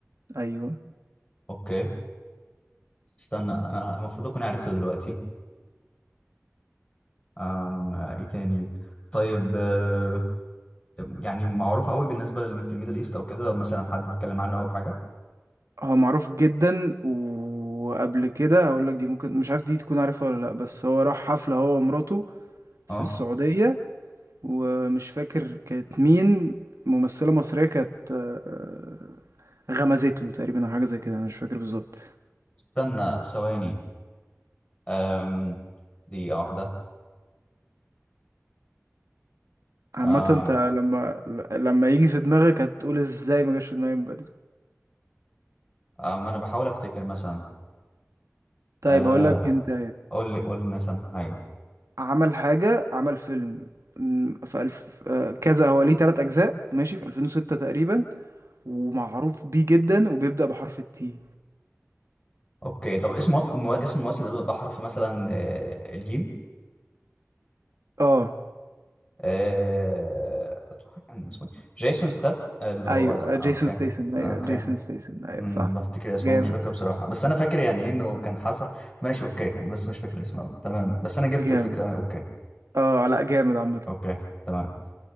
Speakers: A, on the right (about 80°); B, on the left (about 25°).
A: ايوه
B: أوكي استنى أنا المفروض أكون عرفته دلوقتي أم آه، ايه تاني طيب آه، يعني معروف قوي بالنسبه للمي في الميدل ايست او كده لو مثلا حد بيتكلم عنه او حاجه
A: هو معروف جدا وقبل كده هقول لك دي ممكن مش عارف دي تكون عارفها ولا لا بس هو راح حفلة هو ومراته في
B: اه
A: السعودية ومش فاكر كانت مين ممثلة مصرية كانت آه، غمزت له تقريبا او حاجة زي كده انا مش فاكر بالظبط
B: استنى ثواني أم، دقيقه واحده
A: عامة
B: أم،
A: انت لما لما يجي في دماغك هتقول ازاي ما جاش في دماغي من بدري
B: أم، انا بحاول افتكر مثلا
A: طيب
B: أه،
A: هقول لك انت
B: قول لي قول لي مثلا حاجه
A: عمل حاجة عمل فيلم م، في ألف آه، كذا هو ليه تلات أجزاء ماشي في 2006 تقريبا ومعروف بيه جدا وبيبدأ بحرف التي
B: اوكي طب اسم مف... مو- اسم الممثل ده بيبدأ بحرف مثلا آه، الجيم
A: اه
B: آه، اتوقع كان اسمه إيه؟ جيسون ستاثام اللي هو
A: ايوه
B: ولا
A: آه، جيسون
B: اوكي
A: ستيسن ايوه
B: اوكي
A: جيسون ستيسن ايوه
B: امم
A: صح
B: بفتكر اسمه
A: جامد
B: مش فاكره بصراحه بس انا فاكر يعني ايه انه كان حصل ماشي اوكي أنا بس مش فاكر اسمه قوي تمام بس انا جبت
A: جامد
B: الفكره اوكي
A: اه لا جامد عامة
B: اوكي تمام